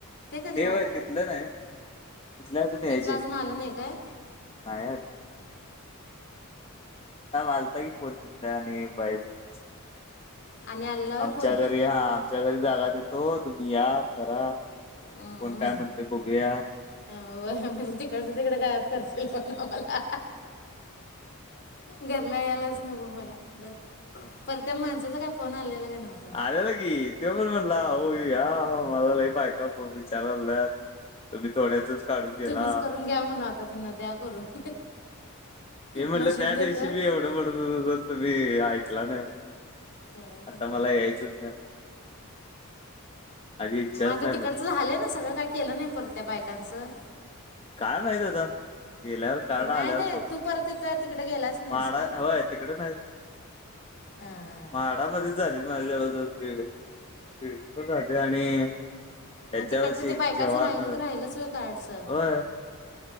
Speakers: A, on the left; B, on the left.
A: कधी
B: ते
A: वाटलं
B: होय तिथलं नाय तिथलं अजून यायचे
A: तिथलं आलं नाही काय
B: हायेत. नाय आलता की फोन तिथल्या आणि बाई <unintelligible>
A: आणि आलेला वय
B: आमच्या
A: फोन
B: घरी हा आमच्या घरी जागा देतो तुम्ही या करा
A: ह <unintelligible>
B: कोण काय म्हणते बघूया.
A: तिकडच्या तिकडं गायब करशील म्हणावं मला. घरला यायलाच नको मला परत परत त्या माणसाचा काय फोन आलेला काय नव्हत?
B: आलेला की त्यो पण म्हणला अहो या मला लय बायका विचारायला लागल्यात <unintelligible> तुम्ही थोड्याचंच काढून गेला.
A: तुम्हीच करून घ्या म्हणा आता त्यांना द्या करून
B: मी म्हणलं
A: मशीन
B: त्या
A: देतो
B: दिवशी बी एवढं <unintelligible> तूम्ही ऐकला नाय.
A: हा <unintelligible>
B: आता मला यायचंच नाय. इच्छाच
A: मग आता
B: नाही
A: तिकडच
B: म्हटली
A: झालं ना सगळं काय केलं नाही परत बायकांचं?
B: काय माहित आता गेल्यावर कार्ड
A: नाय
B: आल्यावर
A: नाय
B: बघू.
A: तू परत तिथं तिकडं परत गेलाच नाईस
B: म्हाडा
A: का?
B: होय तिकडे
A: हा हा.
B: माडामध्येच झालेत माझ्यावजवळ तळशीवर झाले आणि <unintelligible>
A: मग
B: त्याच्या
A: तिकडचं
B: वर्षी
A: ते बायकांचं
B: जवाहर
A: राहिलं
B: नगर
A: तर राहिलंच होय कार्डचं?
B: होय.